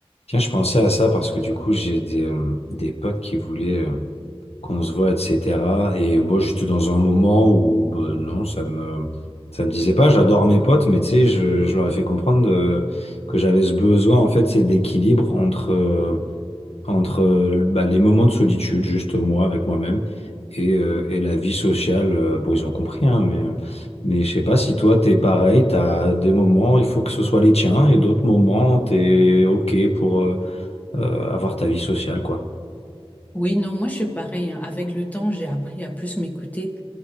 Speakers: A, on the left; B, on the left.
A: Tiens, je pensais à ça parce que du coup, j'ai des, euh, des potes qui voulaient euh, qu'on se voit, etc. Et moi, j'étais dans un moment où, ben, non, ça me, ça me disait pas, j'adore mes potes, mais tu sais, je, je leur ai fait comprendre euh, que j'avais ce besoin, en fait, c'est d'équilibre entre, euh, entre euh, bah, les moments de solitude, juste moi, avec moi-même, et, euh, et la vie sociale. euh, bon, ils ont compris, hein, mais, euh, mais je sais pas si toi, t'es pareil, t'as des moments, il faut que ce soit les tiens, et d'autres moments, t'es OK pour. euh, euh, avoir ta vie sociale, quoi.
B: Oui, non, moi je suis pareil. hein. Avec le temps, j'ai appris à plus m'écouter